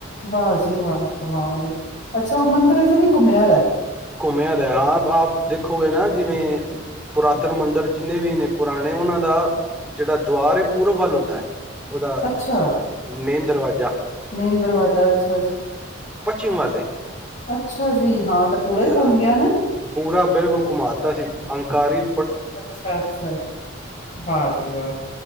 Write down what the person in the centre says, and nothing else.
ਘੁੰਮਿਆ ਦਾ ਐ। ਆਪ, ਆਪ ਦੇਖੋਗੇ ਨਾ ਜਿਵੇਂ ਪੁਰਾਤਨ ਮੰਦਰ ਜਿੰਨੇ ਵੀ ਨੇ ਪੁਰਾਣੇ ਉਹਨਾਂ ਦਾ ਜਿਹੜਾ ਦਵਾਰ ਏ ਪੂਰਬ ਵੱਲ ਹੁੰਦਾ ਐ। ਔਦਾ
ਮੇਨ ਦਰਵਾਜਾ
ਪੱਛਮ ਵੱਲ ਏ
ਹਾਂ
ਪੂਰਾ ਬਿਲਕੁਲ ਘੁਮਾ ਦੱਤਾ ਸੀ ਅਹੰਕਾਰੀ